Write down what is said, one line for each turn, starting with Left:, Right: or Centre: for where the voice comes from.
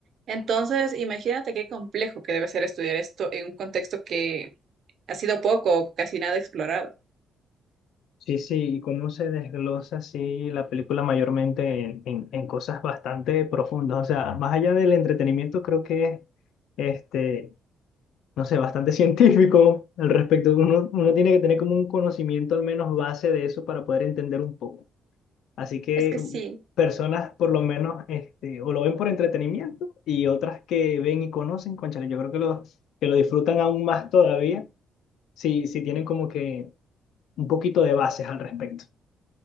Right: Entonces, imagínate qué complejo que debe ser estudiar esto en un contexto que ha sido poco o casi nada explorado.
Left: sí, sí, y cómo se desglosa así la película mayormente en, en, en cosas bastante profundas, o sea, más allá del entretenimiento, creo que es, este, no sé, bastante <laughs> científico al respecto, uno, uno tiene que tener como un conocimiento al menos base de eso para poder entender un poco, así que
Right: Es que sí,
Left: personas por lo menos, este, o lo ven por entretenimiento y otras que ven y conocen, cónchale, yo creo que los que lo disfrutan aún más todavía Sí, sí, tienen como que un poquito de bases al respecto.